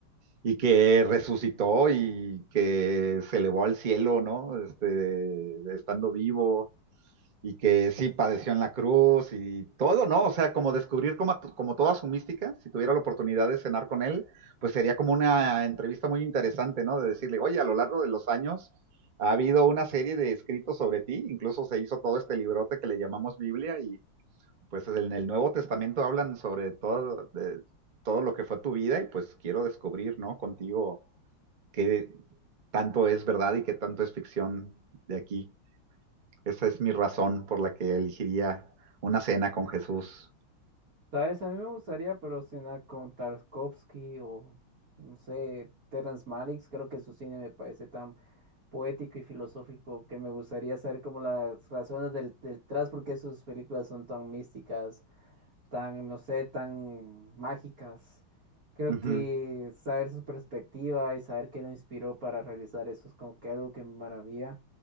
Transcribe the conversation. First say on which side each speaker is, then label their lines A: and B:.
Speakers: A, on the right (about 70°); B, on the right (about 50°).
A: y que resucitó y que se elevó al cielo, ¿no? Este, estando vivo y que sí padeció en la cruz y todo, ¿no? O sea, como descubrir como, como toda su mística, si tuviera la oportunidad de cenar con él, pues sería como una entrevista muy interesante, ¿no? De decirle, oye, a lo largo de los años ha habido una serie de escritos sobre ti, incluso se hizo todo este librote que le llamamos Biblia y pues en el Nuevo Testamento hablan sobre todo, de, todo lo que fue tu vida y pues quiero descubrir, ¿no? Contigo qué tanto es verdad y qué tanto es ficción de aquí. Esa es mi razón por la que elegiría una cena con Jesús.
B: ¿Sabes? A mí me gustaría, pero cenar con Tarkovsky o, no sé, Terrence Malick. Creo que su cine me parece tan poético y filosófico que me gustaría saber como las razones del, detrás, porque sus películas son tan místicas, tan, no sé, tan mágicas. Creo
A: Ujú.
B: que saber su perspectiva y saber qué lo inspiró para realizar eso es como que algo que me maravilla.